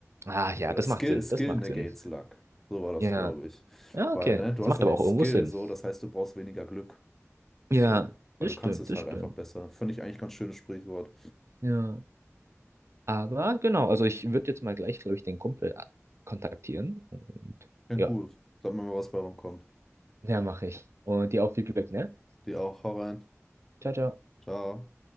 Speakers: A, on the right; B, in the centre.
A: Ah, ja,
B: Oder
A: das
B: Skill,
A: macht Sinn,
B: Skill
A: das macht
B: negates
A: Sinn.
B: Luck. So war das,
A: Ja,
B: glaube ich.
A: ja, okay.
B: Weil, ne, du
A: Das macht
B: hast ja
A: aber
B: den
A: auch
B: Skill
A: irgendwo Sinn.
B: so, das heißt, du brauchst weniger Glück.
A: Ja,
B: So. Weil
A: das
B: du
A: stimmt,
B: kannst es
A: das
B: halt
A: stimmt.
B: einfach besser. Finde ich eigentlich ganz schönes Sprichwort.
A: Ja, aber genau, also ich würde jetzt mal gleich, glaube ich, den Kumpel a- kontaktieren und
B: Klingt
A: ja,
B: gut. Sag mir mal, was bei rumkommt.
A: ja, mache ich. Und dir auch viel Glück, ne?
B: Dir auch. Hau rein.
A: Ciao, ciao.
B: Ciao.